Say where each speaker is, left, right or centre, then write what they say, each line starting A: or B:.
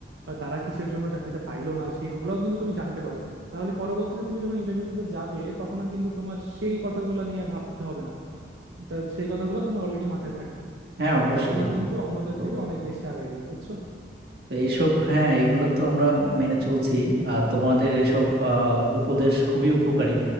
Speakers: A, on the right; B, on the right.
A: বা তারা কিসের জন্য চাকরিটা পাইলো না সেগুলোও কিন্তু তুমি জানতে পারো তাহলে পরবর্তীতে তুমি যখন ইন্টারভিউ দিতে যাবে তখন আর কিন্তু তোমার সেই কথাগুলো নিয়ে ভাবতে হবে না তা সেই কথাগুলো তোমার অলরেডি মাথায় থাকবে
B: হ্যাঁ অবশ্যই
A: এটা তোমাকে কিন্তু অন্যদের
B: তো
A: থেকে অনেক বেশি আগায় দিবে বুঝছো
B: তো এইসব হ্যাঁ এগুলো তো আমরা মেনে চলছি আর তোমাদের এসব আহ, উপদেশ খুবই উপকারী